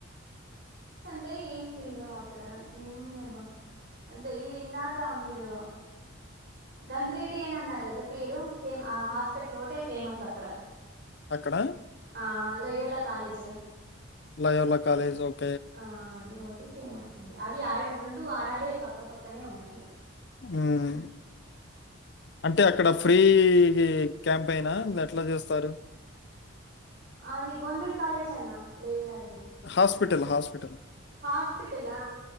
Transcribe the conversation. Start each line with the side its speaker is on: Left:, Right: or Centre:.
Right: టే ఏం లేదు అక్కడ ఏమున్నాయ్బ అందె ఈరిందాకా మీరు గంగిరెడ్డి అనన్నారా గద పేరు సేమ్ ఆ హాస్పెట్ల్ ఒగ్టే ఫేమస్సక్కడ.
Left: అక్కడా
Right: ఆ లొయోల కాలేజ్
Left: లయోలా కాలేజొప్
Right: ఆ అది ఒగ్టి ఫేమస్సండి అవి ఆడ రొండు ఆడాడే పక్కపక్కనే ఉన్నయ్.
Left: భమ్ అంటె అక్కడ ఫ్రీ కి క్యాంపైన <unintelligible> దట్ల జేస్తారు.
Right: ఆది గోన్మెంట్ కాలేజే అన్న లొయోల అనేద్
Left: హాస్పిటల్ హాస్పిటల్.
Right: హాస్పిటలా